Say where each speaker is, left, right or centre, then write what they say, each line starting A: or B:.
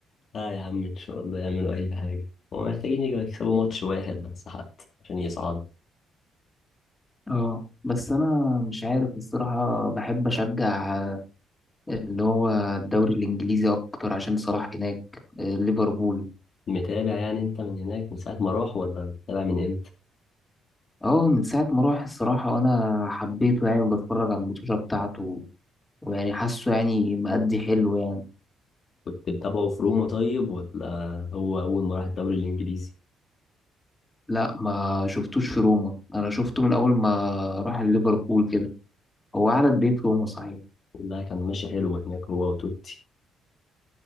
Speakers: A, on the left; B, on the left.
A: لا يا عم ان شاء الله يعملوا اي حاجه هما محتاجين يجوا يكسبوا ماتش واحد بس حتى عشان يصعدوا
B: اه بس انا مش عارف الصراحه بحب اشجع آه، اللي هو الدوري الانجليزي اكتر عشان صلاح هناك آه، ليفربول
A: متابع يعني انت من هناك من ساعه ما راح ولا متابع من امتى
B: اه من ساعه ما راح الصراحه وانا حبيته يعني وبتفرج على الماتشات بتاعته ويعني حاسه يعني مأدي حلو يعني
A: كنت بتابعه في روما طيب ولا هو أول ما راح الدوري الإنجليزي؟
B: لا ما شفتوش في روما انا شفته من اول ما راح ليفربول كده هو قعد قد ايه في روما صحيح
A: لا كان ماشي حلو هناك هو وتوتي